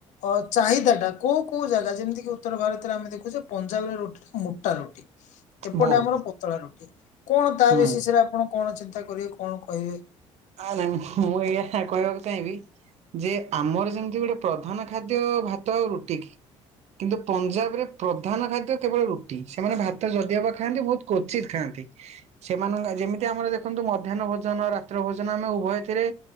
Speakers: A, on the left; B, on the right.
A: ଅ ଚାହିଦା ଟା କୋଉ କୋଉ ଜାଗା ଯେମିତିକି ଉତ୍ତର ଭାରତରେ ଆମେ ଦେଖୁଛେ ପଞ୍ଜାବରେ ରୁଟି ଟା ମୋଟା ରୁଟି। ଏପଟେ
B: ବହୁତ
A: ଆମର ପତଳା ରୁଟି, କଣ ତା
B: ହୁଁ।
A: ବିଶେଷରେ ଆପଣ କଣ ଚିନ୍ତା କରିବେ କଣ କହିବେ?
B: ଆରେ ମୁଁ ଏଇଆ କହିବାକୁ ଚାହିଁବି ଯେ ଆମର ଯେମିତି ଗୋଟେ ପ୍ରଧାନ ଖାଦ୍ୟ ଭାତ ଆଉ ରୁଟି କି? କିନ୍ତୁ ପଞ୍ଜାବରେ ପ୍ରଧାନ ଖାଦ୍ୟ କେବଳ ରୁଟି ସେମାନେ ଭାତ ଯଦିଅବା ଖାଆନ୍ତି ବହୁତ କ୍ୱଚିତ୍ ଖାଆନ୍ତି। ସେମାନଙ୍କ ଯେମିତି ଆମର ଦେଖନ୍ତୁ ମଧ୍ୟାହ୍ନ ଭୋଜନ ରାତ୍ର ଭୋଜନ ଆମେ ଉଭୟଥିରେ